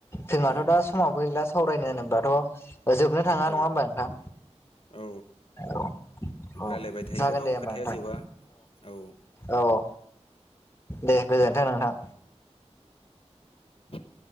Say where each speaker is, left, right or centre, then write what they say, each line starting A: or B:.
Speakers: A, on the left; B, on the left.
A: फिमाथ'
B: औ
A: दा समाबो गैला। सावरायनो होनोबाथ' जोबनो थाङा
B: औ
A: नङा होमबा नोंथां?
B: औ।
A: औ औ
B: रायलायबाय थायोबोथ'
A: जागोन दे होमबा
B: खोथाया
A: नोंथां
B: जोबा औ।
A: औ औ दे गोजोन्थों नोंथां।
B: औ।